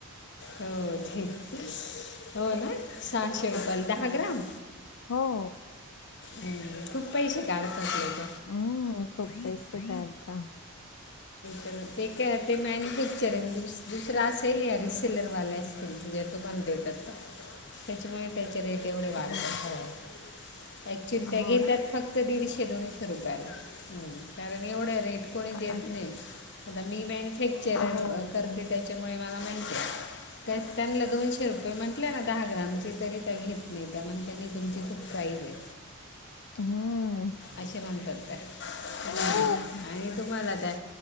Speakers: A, on the left (about 50°); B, on the left (about 65°).
A: हो ठीक हो ना सहाशे
B: हो
A: रुपयाला दहा ग्राम
B: हो,
A: हं, खूप पैसे काढतात लोक
B: हम्म खूप पैसे काढता.
A: तर ते काय ते मॅन्युफॅक्चरिंग दुसर असेल या रिसेलरवाल्यास जे तुम्हाला देतात त्या
B: <unintelligible>
A: त्याच्यामुळे त्याचे रेट वाारतात
B: हो
A: हव ऍक्च्युली त्या
B: हो
A: घेतात,
B: ना
A: फक्त दीडशे दोनशे रुपयाला कारण एवढ्या रेट कोणी देत
B: अच्छा
A: नाही आता मी मॅन्युफॅक्चरिंग
B: हो
A: वर करते,
B: नाही
A: त्याच्यामुळे मला माहिती आहे. त्या त्यांना दोनशे रुपये म्हटले ना दहा ग्रामचे तरी त्या घेत नाही त्या म्हण त्यांनी तुमची खूप प्राईज आहे.
B: हम्म
A: असे म्हणतात त्या
B: हो.
A: ह आणि तुम्हाला त्या